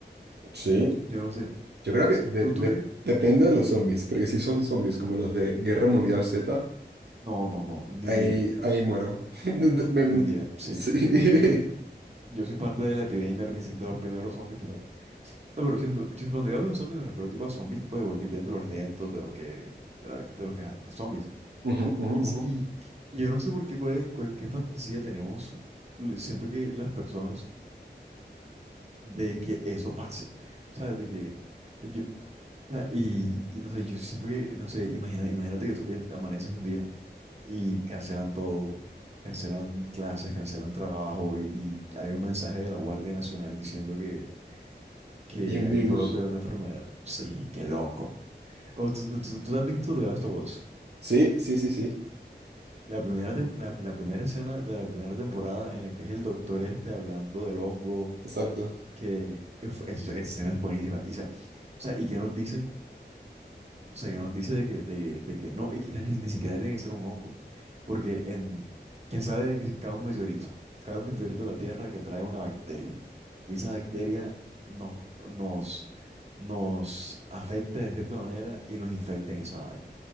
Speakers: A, on the right; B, on the right.
A: Sí.
B: Yo no sé,
A: Yo creo que
B: Sí,
A: de-
B: ¿Tú,
A: de-
B: tú crees?
A: depende de los zombies, porque si son zombies como los de Guerra Mundial Z,
B: No, no, no, ni
A: ahí,
B: un día,
A: ahí muero. <laughs> Me-
B: ni un día, sí.
A: sí.
B: Yo soy parte de la epidemia princi- de los primeros zombies que salen. No, pero siento, yo cuando yo hablo de zombies me refiero tipo a zombies tipo de Walking Dead, de los lentos, de los que, de la- de los que, de zombies.
A: Ujú, ujú,
B: Y,
A: ujú.
B: y, y yo no sé por qué, cuál es- cuál- qué fantasía tenemos, le- siento que las personas, de que eso pase, ¿sabes? De que yo, o sea, y, y no sé, yo siento que, no sé, imagina, imagínate que tú que amaneces un día. y cancelan todo, cancelan clases, cancelan trabajo y, y hay un mensaje de la Guardia Nacional diciendo que, que
A: Y un
B: hay
A: virus.
B: un brote de una enfermedad. Sí, qué loco. O, ¿tú, tú- tú- tú has visto The Last of Us?
A: Sí, sí, sí, sí.
B: La primera, tem- la, la primera escena de la primera temporada en la que es el doctor este hablando del hongo,
A: Exacto.
B: que uf, es- esa escena es buenísima. Y, sa- o sea, ¿y qué nos dicen? O sea, que nos dice de que, de, de que no, y que ni, ni siquiera tiene que ser un hongo. Porque en, quién sabe de que cae un meteorito, cae un meteorito de la Tierra que trae una bacteria. Y esa bacteria nos, nos, nos afecta de cierta manera y nos infecta en esa vaina.